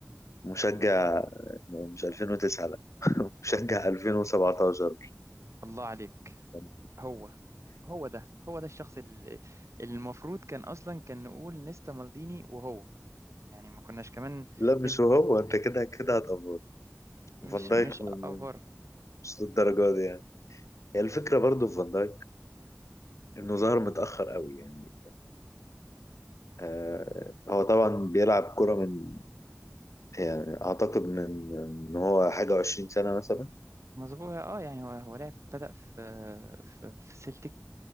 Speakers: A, on the left; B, on the right.
A: مشجع يعني مش 2009 لا <laughs> مشجع 2017
B: الله عليك
A: يعني
B: هو هو ده هو ده الشخص اللي المفروض كان اصلا كان نقول نيستا مالديني وهو يعني ما كناش كمان
A: لا مش
B: نبدا
A: هو انت كده كده هتقفل
B: مش
A: فان دايك
B: مش
A: م- م-
B: افور
A: مش للدرجه دي يعني هي الفكره برضو في فان دايك انه ظهر متاخر قوي يعني آه هو طبعا بيلعب كرة من يعني اعتقد من ان هو حاجه وعشرين سنه مثلا
B: مظبوط اه يعني هو هو لعب بدا في في, في سلتك